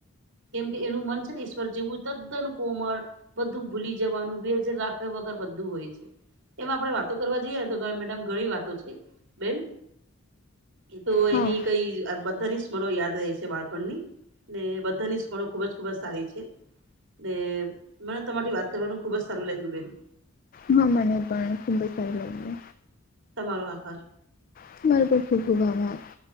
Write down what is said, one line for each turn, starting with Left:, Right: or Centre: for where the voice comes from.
Right: કેમ કે એનું મન ઈશ્વર જેવું તદ્દન કોમળ છે. બધું ભૂલી જવાનું વે રાખવા વગર બધું હોય છે. એમાં આપણેે વાતો કરવા જઈએ ને તો મેડમ ઘણી વાતો છે બેન. એ તો
Left: હા
Right: એની કઈ અ બધાની સ્મણો યાદ રહે છે બાળપણની. ને બધા સ્ફણો ખુબ જ ખુબ જ સારી છે. ને મે તમારીથી વાત કરવાનું ખુબ જ સારું લાગ્યું બેન.
Left: હા મને પણ ખુંબ સાર લાગને.
Right: તમારો આભાર.
Left: <inaudible>